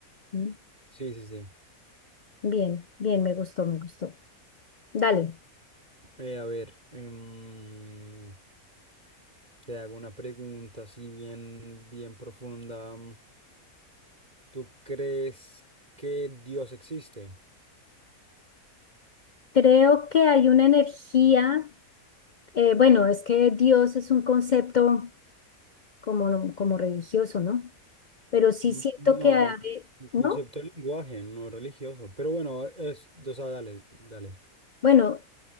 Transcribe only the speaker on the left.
¿Mm?
Bien, bien, me gustó, me gustó. Dale.
Creo que hay una energía Eh, bueno, es que Dios es un concepto como, como religioso, ¿no? Pero sí
siento
que, a ve-
¿no?
Bueno,